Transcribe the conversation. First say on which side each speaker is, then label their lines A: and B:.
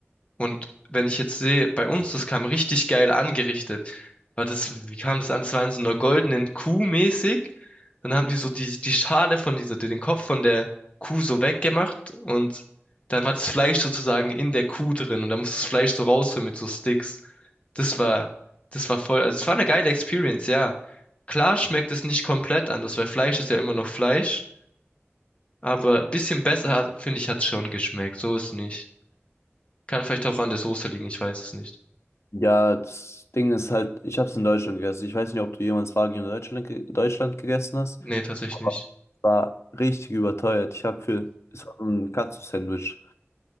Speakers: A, on the left; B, on the left.
A: Und wenn ich jetzt sehe, bei uns, das kam richtig geil angerichtet. War das, wie kam das an? Das war in so einer goldenen Kuh mäßig. Dann haben die so die, die Schale von dieser, den Kopf von der Kuh so weggemacht und dann war das Fleisch sozusagen in der Kuh drin und dann musste das Fleisch so rausholen mit so Sticks. Das war, das war voll, also es war eine geile Experience, ja. Klar schmeckt es nicht komplett anders, weil Fleisch ist ja immer noch Fleisch. Aber bisschen besser, hat- finde ich, hat's schon geschmeckt. So ist nicht. Kann vielleicht auch an der Soße liegen, ich weiß es nicht.
B: Ja, das Ding ist halt, ich habe es in Deutschland gegessen. Ich weiß nicht, ob du jemals Wagyu in Deutschland, ge- Deutschland gegessen hast,
A: Nee, tatsächlich
B: aber
A: nicht.
B: es war richtig überteuert. Ich habe für, es war so ein Katsu-Sandwich